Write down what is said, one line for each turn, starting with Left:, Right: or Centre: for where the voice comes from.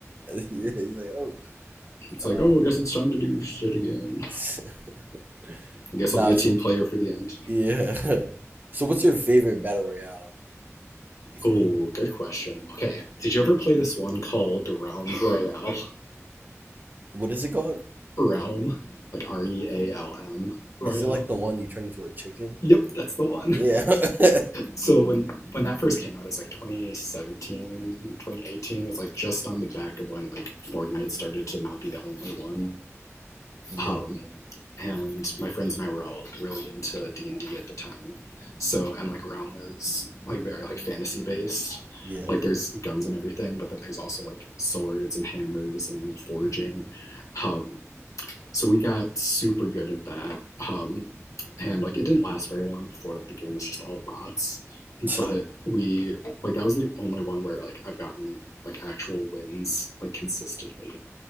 Right: He's like, oh,
Left: It's
Right: uh.
Left: like, oh, I guess it's time to do shit again.
Right: <laughs>
Left: I guess
Right: nah.
Left: I'll be a
Right: So
Left: team player for the end.
Right: yeah. <laughs> So what's your favorite battle royale? You
Left: Oh,
Right: think
Left: good question. Okay, did you ever play this one called Realm Royale?
Right: what is it called?
Left: <laughs> Realm, like R E A L M Royale.
Right: Is it like the one you turn into a chicken?
Left: Yep, that's the one.
Right: Yeah, <laughs>
Left: so when when that first came out, it was like 2017, 2018. It was like just on the back of when like Fortnite started to not be the only one.
Right: yeah,
Left: Um, and my friends and I were all really into D and D at the time. So and like Realm is like very like fantasy based.
Right: yeah,
Left: Like there's guns and everything, but then there's also like swords and hammers and like forging. Um, so we got super good at that. Um, and like it didn't last very long before like the game was just all bots
Right: <laughs>
Left: but we like that was the only one where like I've gotten like actual wins like consistently